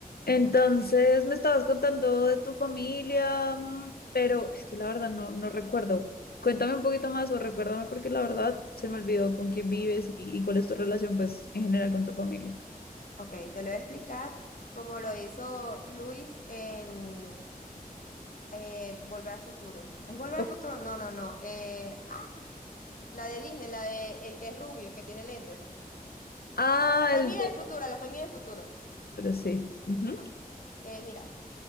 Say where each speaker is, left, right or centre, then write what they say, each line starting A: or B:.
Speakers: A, on the left (about 80°); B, on the left (about 60°).
A: Entonces me estabas contando de tu familia, mm, pero es que la verdad no, no recuerdo. Cuéntame un poquito más o recuérdame porque la verdad se me olvidó con quién vives y, y cuál es tu relación pues en general con tu familia.
B: Ok, te lo voy a explicar como lo hizo Luis en eh, Volver al Futuro. ¿Es Volver
A: Ok.
B: al Futuro? No, no, no. eh, ah, la de Disney, la de el que es rubio, que tiene lentes.
A: Ah,
B: La familia
A: el
B: del futuro, la familia del futuro.
A: doctor, sí. Ujú,
B: Ajá. Que mira,